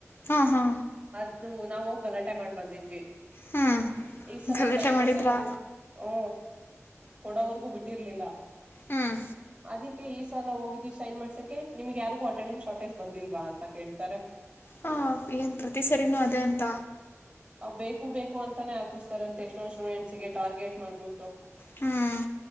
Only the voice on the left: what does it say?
ಹಾ ಹಾ
ಹ್ಞೂ
ಗಲಾಟೆ
ಮಾಡಿದ್ರಾ
ಹ್ಮ್
ಹಾ ಏನ್ ಪ್ರತಿ ಸರಿನೂ ಅದೇ ಅಂತ
ಹ್ಮ್